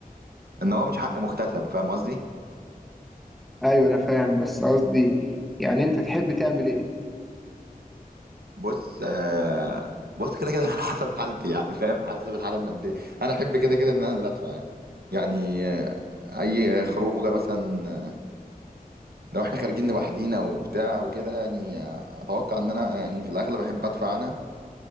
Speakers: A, on the right; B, in the centre.
A: ان هو مش حق مكتسب فاهم قصدي
B: ايوه انا فاهم بس قصدي يعني انت تحب تعمل ايه
A: بص آه، بص كده كده <laughs> على حسب حالتي يعني فاهم حسب الحاله الماديه انا احب كده كده ان انا اللي ادفع يعني يعني آه، اي خروجه مثلا آه، لو احنا خارجين لوحدينا وبتاع وكده يعني آه، اتوقع ان انا يعني في الاغلب احب ادفع انا